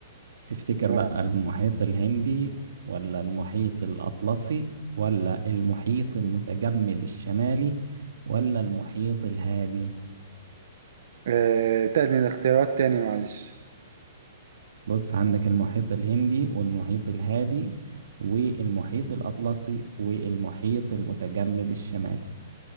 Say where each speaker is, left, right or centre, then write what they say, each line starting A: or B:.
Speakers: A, on the right; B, on the right.
A: تفتكر
B: تمام
A: بقى المحيط الهندي ولا المحيط الاطلسي ولا المحيط المتجمد الشمالي ولا المحيط الهادي
B: آه... تاني الاختيارات تاني معلش
A: بص عندك المحيط الهندي والمحيط الهادي والمحيط الاطلسي والمحيط المتجمد الشمالي